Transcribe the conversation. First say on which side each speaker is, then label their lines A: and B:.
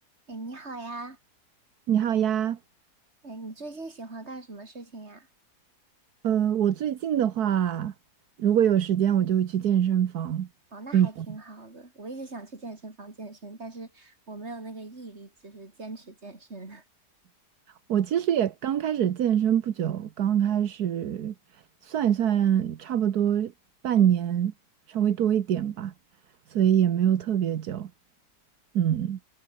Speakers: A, on the right; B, on the right.
A: 哎，你好呀！
B: 你好呀，
A: 哎，你最近喜欢干什么事情呀？
B: 呃，我最近的话，如果有时间，我就会去健身房运动。
A: 哦，那还挺好的。我一直想去健身房健身，但是我没有那个毅力，就是坚持健身。<laughs>
B: 我其实也刚开始健身不久，刚开始算一算，差不多半年，稍微多一点吧，所以也没有特别久。嗯。